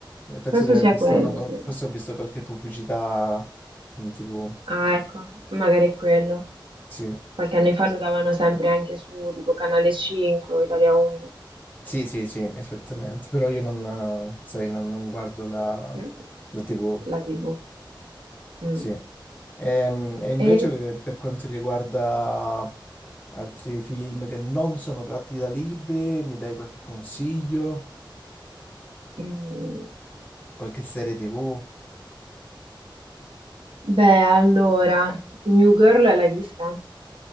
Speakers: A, on the left; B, on the right.
A: penso
B: penso
A: di aver
B: sia
A: visto,
B: quello,
A: una-
B: sì.
A: forse ho visto qualche pubblicità in TV.
B: Ah, ecco, magari è quello.
A: Sì.
B: Qualche anno fa lo davano sempre anche su tipo Canale 5 o Italia 1,
A: Sì, sì, sì, esattamente, però io non, eh, sai, non, non guardo la,
B: Mm,
A: la TV,
B: la TV. Mm.
A: sì. Ehm, E, invece
B: E...
A: eh, per quanto riguarda altri film che non sono tratti da libri, mi dai qualche consiglio?
B: Mm,
A: Qualche serie TV?
B: Beh, allora, New Girl l'hai vista?